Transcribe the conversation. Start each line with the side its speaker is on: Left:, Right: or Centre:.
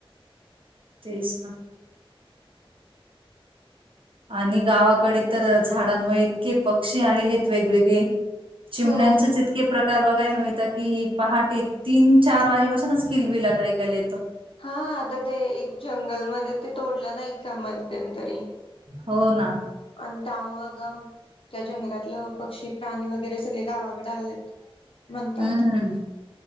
Right: तेच ना. आणि गावाकडे तर झाडांमुळे इतके पक्षी आलेलेत वेगवेगळे. चिमण्यांचेच
Left: हो.
Right: इतके प्रकार बघायला मिळतात की, पहाटे तीन. चार वाजेपासूनच किलबिलाट ऐकायला येतो.
Left: हा आता ते एक जंगलमध्ये ते तोडलं नाही का? मध्यंतरी.
Right: हो ना, हो ना
Left: आणि त्यामुळं त्या जंगलातलं पक्षी प्राणी वगैरे सगळे गावाकडे आलेत म्हणतात.
Right: हं,